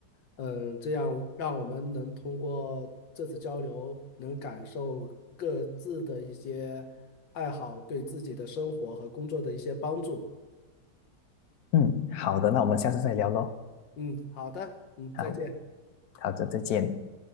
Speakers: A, on the left; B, on the left.
A: 嗯，这样让我们能通过这次交流，能感受各自的一些爱好对自己的生活和工作的一些帮助。
B: 嗯，好的，那我们下次再聊喽。
A: 嗯，好的，嗯，
B: 好，
A: 再见。
B: 好的，再见。